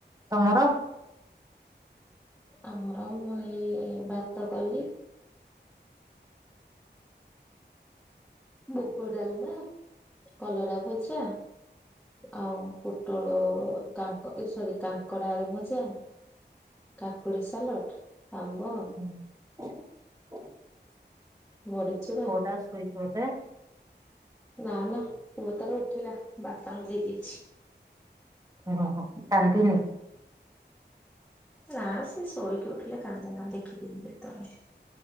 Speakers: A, on the right (about 20°); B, in the centre.
A: ତମର?
B: ଆମର ଆଉ ମୁଁ ଏଇ ଭାତ କଲି। ମୁଗ ଡ଼ାଲମା କଲରା ଭଜା ଆଉ ପୋଟଳ କାଙ୍କ ଏ ସରି କାଙ୍କଡ, ଆଳୁ ଭଜା। କାକୁଡି ସାଲଟ୍ ଆମ୍ବ
A: <inaudible>
B: ଭଡି ଚୁରା।
A: ପୁଅଟା ଶୋଇଛି ବୋଧେ
B: ନା ନା ପୁଅ ତାର ଉଠିଲା ବାପାଙ୍କୁ ଦେଇ ଦେଇଛି।
A: ଓହୋ କାନ୍ଧିନି?
B: ନା ସେ ଶୋଇକି ଉଠିଲେ କାନ୍ଦେ ନା ଦେଖିକିନି କେତେବେଳେ।